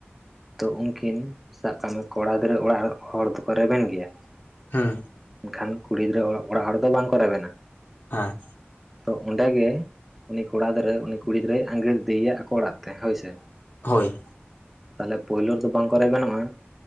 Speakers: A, in the centre; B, on the left.
A: ᱛᱚ ᱩᱱᱠᱤᱱ ᱥᱟᱵ ᱠᱟᱜ ᱢᱮ ᱠᱚᱲᱟ ᱜᱤᱫᱽᱨᱟᱹ ᱚᱲᱟᱜ ᱨᱮᱱ ᱦᱚᱲ ᱫᱚᱠᱚ ᱨᱮᱵᱮᱱ ᱜᱮᱭᱟ
B: ᱦᱩᱸ
A: ᱢᱮᱱᱠᱷᱟᱱ ᱠᱩᱲᱤ ᱜᱤᱫᱽᱨᱟᱹ ᱚᱲᱟᱜ ᱦᱚᱲ ᱫᱚ ᱵᱟᱝᱠᱚ ᱨᱮᱵᱮᱱᱟ
B: ᱦᱮᱸ
A: ᱛᱚ ᱚᱸᱰᱮ ᱜᱮ ᱩᱱᱤ ᱠᱚᱲᱟ ᱜᱤᱫᱽᱨᱟᱹ ᱩᱱᱤ ᱠᱩᱲᱤ ᱜᱤᱫᱽᱨᱟᱹᱭ ᱟᱝᱜᱤᱨ ᱤᱫᱤᱭᱮᱭᱟ ᱟᱠᱚ ᱚᱲᱟᱜ ᱛᱮ ᱦᱳᱭ ᱥᱮ
B: ᱦᱳᱭ
A: ᱛᱟᱦᱚᱞᱮ ᱯᱳᱭᱞᱳ ᱨᱮᱫᱚ ᱵᱟᱝ ᱠᱚᱨᱮ ᱜᱟᱱᱚᱜᱼᱟ